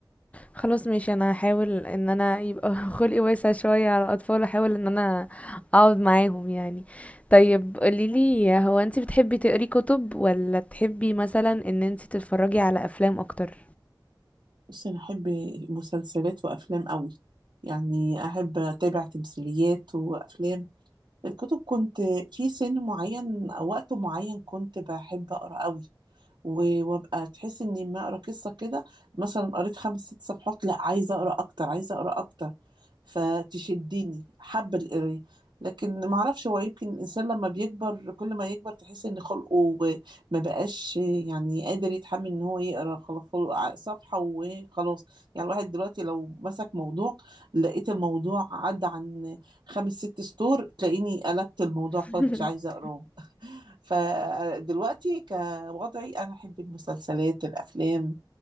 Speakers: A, on the left; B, on the right.
A: خلاص ماشي انا هحاول ان انا يبقى <laughs> خلقي واسع شوية على الاطفال احاول ان انا اقعد معاهم يعني طيب قوليلي هو انت بتحبي تقري كتب ولا تحبي مثلا ان انت تتفرجي على افلام اكتر
B: بصي انا احب مسلسلات وافلام قوي يعني احب اتابع تمثيليات وافلام الكتب كنت في سن معين او وقت معين كنت بحب اقرا قوي و- وابقى تحس اني لما اقرا قصه كده مثلا قريت خمس ست صفحات لا عايزه اقرا اكتر عايزه اقرا اكتر فتشدني حابه القرايه لكن ما اعرفش هو يمكن الانسان لما بيكبر كل ما يكبر تحس ان خلقه ما بقاش يعني قادر يتحمل ان هو يقرا خلاص خلق ع- صفحه وخلاص يعني الواحد دلوقتي لو مسك موضوع لقيت الموضوع عدى عن خمس ست سطور تلاقيني قلبت الموضوع خلاص
A: <laughs>
B: مش عايزه اقراه فدلوقتي كوضعي أنا أحب المسلسلات الأفلام